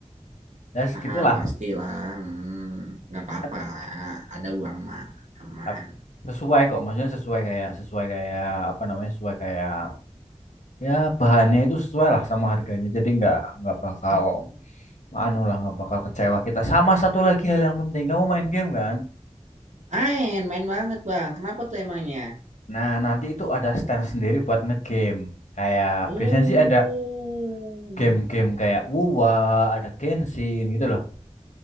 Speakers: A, on the left (about 85°); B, on the right (about 80°).
A: ya segitulah.
B: Mahal pastilah. Hmm. Nggak apa-apa.
A: Tap,
B: Ada uang mah aman.
A: tap. Sesuai kok, maksudnya sesuai kayak sesuai kayak apa namanya? Sesuai kayak ya bahannya itu sesuai lah sama harganya. Jadi nggak nggak bakal
B: Hmm.
A: anu lah nggak bakal kecewa kita. Sama satu lagi hal yang penting, kamu main game kan?
B: Main, main banget bang. Kenapa tuh emangnya?
A: Nah, nanti itu ada stand sendiri buat ngegame. Kayak
B: Oh,
A: biasanya sih ada game-game kayak WUA, ada Genshin gitu loh.